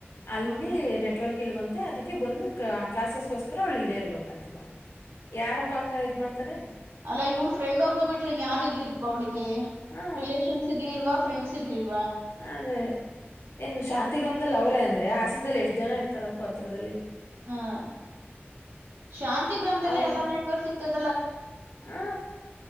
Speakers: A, on the left; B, on the right.
A: ಅಲ್ಲಿ
B: ಹ್ಮ
A: ನೆಟ್ವರ್ಕ್ ಕಿಲ್ವಂತೆ ಅದಕ್ಕೆ ಬಂದು ಕ್ಲಾ ಕ್ಲಾಸಸ್ಗೋಸ್ಕರ ಅವ್ಳು ಇಲ್ಲೇ ಇರ್ಬೇಕಂತ ಬಂದು ಯಾರಪ್ಪ ಹಂಗ ಇದ್ ಮಾಡ್ತಾರೆ
B: ಅಲ್ಲ ಇವಳ ಫ್ರೆಂಡ್ ಒಬ್ಳು ಬಿಟ್ರೆ ಇನ್ ಯಾರು ಇರ್ಲಿಿಲ್ಲ ಅವಳಿಗೆ ಗೆ
A: ಹಾ
B: ರಿಲೇಷನ್ಸ್ ಇರ್ಲಿಲ್ವಾ ಫ್ರೆಂಡ್ಸ್ ಇರ್ಲಿಲ್ಲ
A: ಅದೇ ಏನ್ ಶಾಂತಿ ಗ್ರಾಮದಲ್ಲಿ ಅವರು ಅಂದ್ರೆ ಹಾಸನದಲ್ಲಿ ಎಷ್ಟ್ ಜನ ಇರ್ತಾರಪ್ಪ ಹತ್ರದಲ್ಲಿ
B: ಹ್ಮ ಶಾಂತಿ ಗ್ರಾಮದಲ್ಲಿ
A: ಅವಳು
B: ಎಲ್ಲಾ ನೆಟ್ವರ್ಕ್ ಸಿಗ್ತದೆ
A: ಹಾ